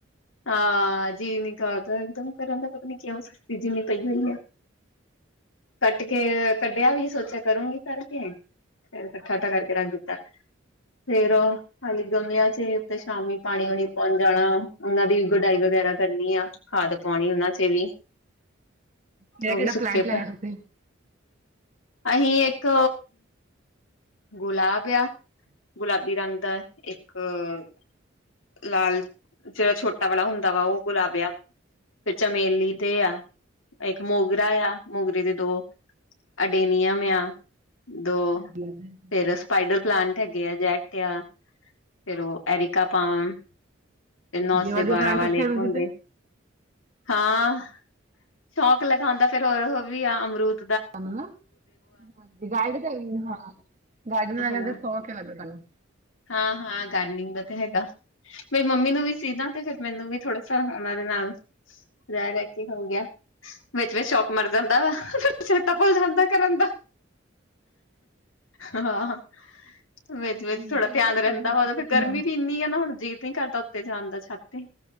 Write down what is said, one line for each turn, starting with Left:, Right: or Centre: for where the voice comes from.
Left: ਹਾਂ ਜੀ ਨ ਕਰਦਾ ਇਕਦਮ ਕਰਨ ਦਾ ਪਤਾ ਨੀ ਕਿਂ ਸਸਤੀ ਜਿਮੀਂ ਪਈ ਹੋਈ ਆ ਕੱਟ ਕੇ ਕੱਟ ਵਿਆਹ ਵੀ ਸੋਚਿਆ ਕਰੂੰਗੀ ਕਰਕੇ ਫਿਰ ਇਕੱਠਾ ਉਠਾ ਕਰਕੇ ਰੱਖ ਦਿੱਤਾ ਫੇਰ ਹਾਲੀ ਗਮਿਆਂ ਚ ਵੀ ਉੱੇ ਸ਼ਾਮੀ ਪਾਣੀ ਵਣੀ ਪਹੁੰਚ ਜਾਣਾ ਉਹਨਾਂ ਦੀ ਵੀ ਗੁਡਾਈ ਵਗੈਰਾ ਕਰਨੀ ਆ ਖਾਦ ਪਾਉਣੀ ਉਹਨਾਂ ਚ ਵੀ
Right: ਕਿਹੜਾ
Left: ਉਹ
Right: ਕਿਹੜਾ
Left: ਵੀ ਸੁੱਕੇ
Right: ਪਲਾਂਟ ਲਾਇਆ
Left: ਪ
Right: ਤੁਸੀਂ
Left: ਅਸੀਂ ਇੱਕ ਗੁਲਾਬ ਆ ਗੁਲਾਬੀ ਰੰਗ ਦਾ ਇੱਕ ਅ ਲਾਲ ਜਿਹੜਾ ਛੋਟਾ ਵਾਲਾ ਹੁੰਦਾ ਵਾ ਉਹ ਗੁਲਾਬਿਆ ਫਿਰ ਚਮੇਲੀ ਦੇ ਆ ਇੱਕ ਮੋਗਰਾ ਆ ਮੋਗਰੇ ਦੇ ਦੋ ਅਡੇਨੀਯਮ ਆ ਦੋ
Right: <unintelligible> <inaudible>
Left: ਫੇਰ ਸਪਾਈਡਰ ਪਲਾਂਟ ਹੈਗੇ ਆ ਜੈਟ ਆ ਫੇਿਰ ਉਹ ਐਰੀਿਕਪਾਮ ਤੇ ਨੌ
Right: ਵਧੀਆ
Left: ਸੇ
Right: ਵਧੀਆ
Left: ਬਾਰਾਂ
Right: ਪਲਾਂਟ
Left: ਵਾਲੇ
Right: ਰੱਖਿਆ ਤੁਸੀਂ
Left: ਹੁੰਦੇ
Right: ਤੇ
Left: ਹਾਂ ਸ਼ੌਕ ਲਗਾਉਂਦਾ ਫੇਿਰਰ ਵੀ ਆ ਅਮਰੂਤ
Right: ਤੁਨੂੰ ਹਜੀ ਗਾਈਡ ਹਾਂ ਗਾਈਡ ਲਗ
Left: ਹਾਂ
Right: ਸੌ ਕੇ ਲੱ ਤੁਨੂੰ
Left: ਹਾਂ ਹਾਂ ਗਾਰਡਨਿੰਗ ਦਾ ਤੇ ਹੈਗਾ ਮੇਰੀ ਮੰਮੀ ਨੂੰ ਵੀ ਸੀਦ ਤੇ ਫੇਿਰ ਮੈਨੂੰ ਵੀ ਥੋੜ੍ਹਾ ਉਹਨਾਂ ਦੇ ਨਾਲ ਰ ਲ ਕੇ ਹੋ ਗਿਆ ਵਿੱਚ ਵਿਚ ਸ਼ੌਕ ਮਰ ਜਾਂਦਾ ਵਾ ਫ ਸੇਤਾ ਭੁੱਲ ਜਾਂਦਾ ਕਰਨ ਦਾ ਹਾਂ ਵਿੱਚ
Right: ਨਹੀਂ
Left: ਥੋੜ੍ਹਾ
Right: ਠੀਕ
Left: ਧਿਆਨ
Right: ਹੈ
Left: ਰਹਿੰਦਾ
Right: ਕੁਝ ਨਾ ਕੁਝ
Left: ਵਾ ਫਰ
Right: ਕਰੀ
Left: ਗਰਮੀ
Right: ਜਾਓ
Left: ਵੀ ਇਨੀ ਆ ਨਾ ਹੁਣ ਜੀਅਤ ਨ ਕਰਦਾ ਉੱਤੇ ਜਾਣ ਦਾ ਛਾਤੇ